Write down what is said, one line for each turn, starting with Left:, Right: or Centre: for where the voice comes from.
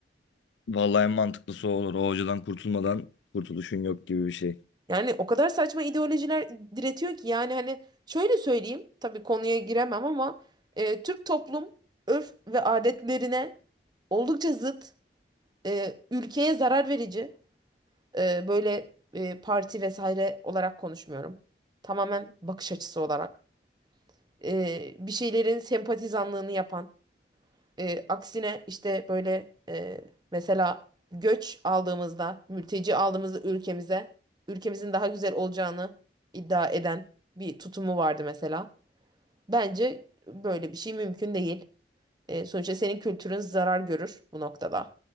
Left: Vallahi en mantıklısı o olur. O hocadan kurtulmadan kurtuluşun yok gibi bir şey.
Right: Yani o kadar saçma ideolojiler diretiyor ki yani hani şöyle söyleyeyim. Tabii konuya giremem ama e, Türk toplum örf ve adetlerine oldukça zıt, e, ülkeye zarar verici e, böyle e, parti vesaire olarak konuşmuyorum. Tamamen bakış açısı olarak. E, bir şeylerin sempatizanlığını yapan E, aksine işte böyle e, mesela göç aldığımızda, mülteci aldığımızda ülkemize, ülkemizin daha güzel olacağını iddia eden bir tutumu vardı mesela. Bence böyle bir şey mümkün değil. E, sonuçta senin kültürün zarar görür bu noktada.